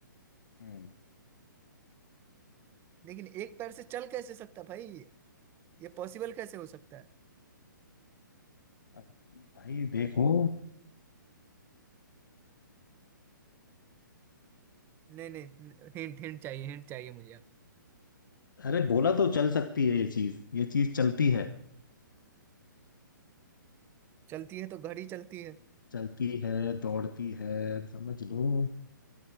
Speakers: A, on the left; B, on the right.
A: हम्म
B: लेकिन एक पैर से चल कैसे सकता भाई ये पॉसिबल कैसे हो सकता है
A: अब भाई देखो
B: नहीं नहीं हिंट हिंट चाहिए हिंट चाहिए मुझे अब
A: अरे बोला तो चल सकती है ये चीज ये चीज चलती है
B: चलती है तो घड़ी चलती है
A: चलती है दौड़ती है समझ लो